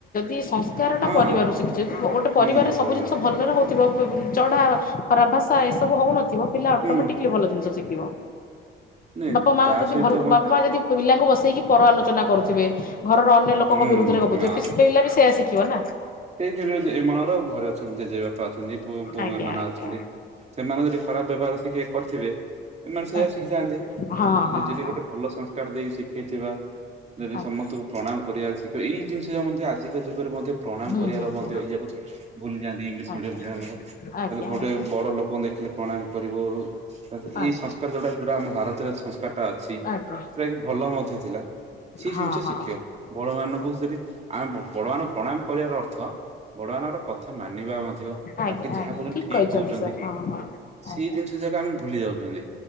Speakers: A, on the left; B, on the right.
A: ସଂସ୍କାର
B: ହଁ
A: ଟା ପରିବାରରୁ ଶିଖିଛି ଯେ ଗୋଟେ
B: ହୁଁ
A: ପରିବରେ
B: ପରିବା
A: ସବୁ ଜିନିଷ ଭଲରେ ହଉଥିବ ଚଢା ଖରାବ୍ ଭାଷା ଏସବୁ ହଉନଥିବ ପିଲା ଅଟୋମେଟିକଲି
B: ହୁଁ
A: ଭଲ ଜିନିଷ ଶିଖିବ
B: ନାଇଁ
A: ବାପା ମା
B: ତା
A: ଯଦି
B: ସହିତ
A: ଭଲ
B: ମ
A: ବାପା ଯଦି ପିଲାଙ୍କୁ ବସେଇକି ପର ଆଲୋଚନା କରୁଥିବେ ଘରର ଅନ୍ୟ ଲୋକଙ୍କ
B: ହୁଁ
A: ବିରୁଦ୍ଧରେ ଗପୁଥିବେ
B: ନା
A: ପିସ୍ ପିଲା ବି ସେୟା ଶିଖିବ ନା।
B: ସେଇଥିରେ ଯେ ଏମାନଙ୍କର ଘରେ ଅଛନ୍ତି ଜେଜେ ବାପା ଅଛନ୍ତି ପୁଅ ପୁଅ
A: ଆଜ୍ଞା
B: ଏମାନେ
A: ଆଜ୍ଞା
B: ଅଛନ୍ତି। ସେମାନେ ଯଦି ଖରାପ ବ୍ୟବହାର ଶିଖେଇ କରିଥିବେ ଏମାନେ ସେଇଆ
A: ଆଜ୍ଞା ଆଜ୍ଞା
B: ଶିଖିଥାନ୍ତି
A: ହଁ ହଁ
B: ଯଦି
A: ହଁ
B: ଗୋଟେ ଭଲ ସଂସ୍କାର ଦେଇ ଶିଖେଇଥିବା ତେବେ
A: ଆଜ୍ଞା
B: ସମସ୍ତଙ୍କୁ ପ୍ରଣାମ କରିବାରେ ଶିଖିବ। ଏଇ ଜିନିଷ ମଧ୍ୟ ଆଜିକା ଯୁଗରେ ମଧ୍ୟ ପ୍ରଣାମ
A: ହୁଁ
B: କରିବାର
A: ହୁଁ
B: ମଧ୍ୟ
A: ହୁଁ।
B: ଏଇ ଯାକ ଭୁଲିଯାଆନ୍ତି। ଇଂଲିଶ
A: ଆଜ୍ଞା
B: ମିଡିୟମ
A: ଆଜ୍ଞା
B: ଗୋଟେ
A: ଆଜ୍ଞା
B: ବଡ ଲୋକ କଣ ଦେଖିଲେ ପ୍ରଣାମ କରିବ ଏଇ
A: ଆଜ୍ଞା
B: ସଂସ୍କାର ଯୋଉଟା ଯଉଟା ଆମ ଭାରତରେ ସଂସ୍କାରଟା ଅଛି।
A: ଆଜ୍ଞା
B: ଭଲ ମଧ୍ୟ ଥିଲା ସିଏ
A: ହଁ
B: ଜିନିଷ
A: ହଁ
B: ଶିଖିବ। ବମାନାନଙ୍କୁ ଯଦି ଆମେ ବଡ଼ମାନାନଙ୍କୁ ପ୍ରଣାମ କରିବାର ଅର୍ଥ ବଡମାନାନଙ୍କର କଥା ମାନିବା ମଧ୍ୟ
A: ଆଜ୍ଞା ଆଜ୍ଞା
B: ତାଙ୍କେ ଯାହା
A: ଆଜ୍ଞା
B: କହୁଛନ୍ତି ଠିକ
A: କହିଛନ୍ତି
B: କହୁଚନ୍ତି।
A: ସାର୍ ହଁ ହଁ
B: ସେଇ
A: ଆଜ୍ଞା।
B: ଜିନିଷ ଯାକ ଆମେ ଭୁଲି ଯାଉଚନ୍ତି।